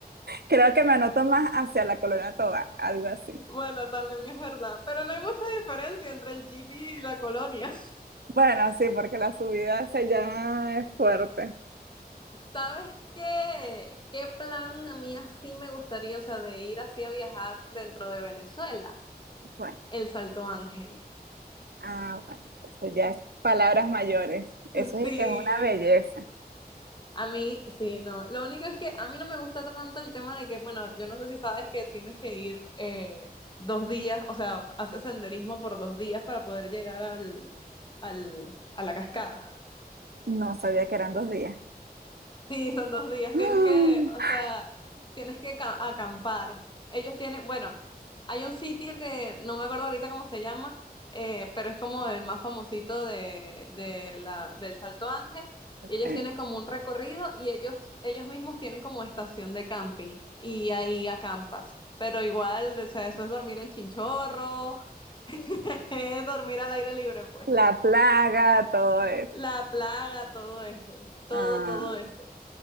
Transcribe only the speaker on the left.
Bueno, también es verdad. Pero no hay mucha diferencia entre el Jeep y la colonia.
<laughs> ¿Sabes qué? ¿Qué plan a mí así me gustaría, o sea, de ir así a viajar dentro de Venezuela?
El Salto Ángel.
Sí,
A mí, sí, no. Lo único es que a mí no me gusta tanto el tema de que, bueno, yo no sé si sabes que tienes que ir eh, dos días, o sea, haces senderismo por dos días para poder llegar al, al, a la cascada.
Sí, son dos días.
Tienes que, o
sea, tienes que ca- acampar. Ellos tienen, bueno, hay un sitio que no me acuerdo ahorita cómo se llama, eh, pero es como el más famosito de, de la, del Salto Ángel.
Y ellos tienen como un recorrido y ellos, ellos mismos tienen como estación de camping y ahí acampas. Pero igual, o sea, eso es dormir en chinchorro, <laughs> es dormir al aire libre, pues.
La plaga, todo eso, todo,
todo eso.